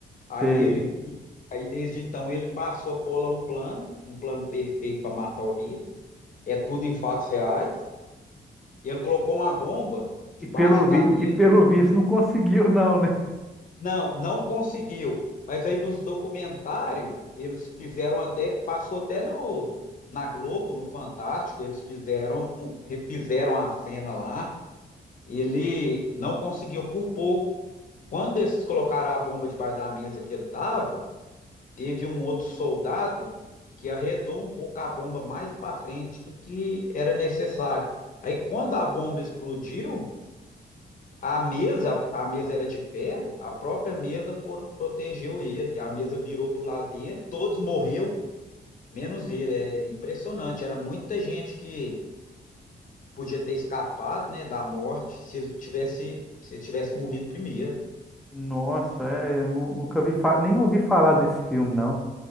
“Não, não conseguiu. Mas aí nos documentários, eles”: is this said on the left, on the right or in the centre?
Left